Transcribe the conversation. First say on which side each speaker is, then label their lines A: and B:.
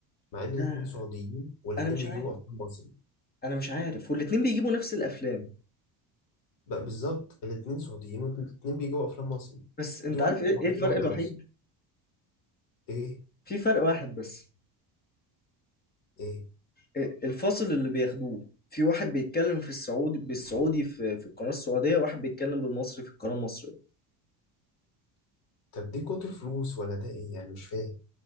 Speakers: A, on the left; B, on the left.
A: مع إن الاتنين
B: آه،
A: سعوديين والاتنين
B: انا مش
A: بيجيبوا
B: عارف
A: أفلام مصري
B: انا مش عارف والاتنين بيجيبوا نفس الافلام
A: بقى بالظبط الاتنين سعوديين والاتنين بيجيبوا أفلام مصري
B: بس انت
A: ليه واحدة
B: عارف ايه
A: سعودية
B: إيه الفرق
A: وواحدة
B: الوحيد
A: مصري إيه
B: في فرق واحد بس
A: إيه
B: آه، الفاصل اللي بياخدوه في واحد بيتكلم في السعودي بالسعودي في في القناة السعودية واحد بيتكلم بالمصري في القناة المصرية
A: طب دي كتر فلوس ولا ده إيه يعني مش فاهم